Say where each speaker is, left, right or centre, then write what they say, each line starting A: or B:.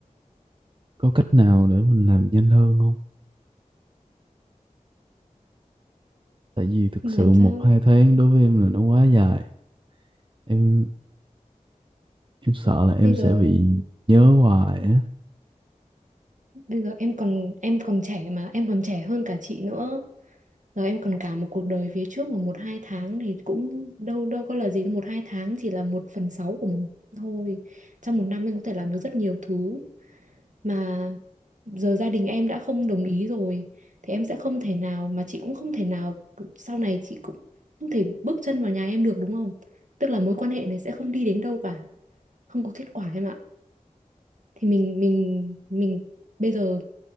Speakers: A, on the right; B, on the right.
A: có cách nào để mình làm nhanh hơn không tại vì thực
B: làm
A: sự một
B: sao
A: hai tháng đối với em là nó quá dài em em sợ là
B: bây
A: em
B: giờ
A: sẽ bị nhớ hoài á
B: bây giờ em còn em còn trẻ mà em còn trẻ hơn cả chị nữa rồi em còn cả một cuộc đời phía trước mà một hai tháng thì cũng đâu đâu có là gì đâu một hai tháng chỉ là một phần sáu của một năm thôi trong một năm em có thể làm được rất nhiều thứ mà giờ gia đình em đã không đồng ý rồi thì em sẽ không thể nào mà chị cũng không thể nào sau này chị cũng không thể bước chân vào nhà em được đúng không? Tức là mối quan hệ này sẽ không đi đến đâu cả, không có kết quả em ạ. Thì mình mình mình bây giờ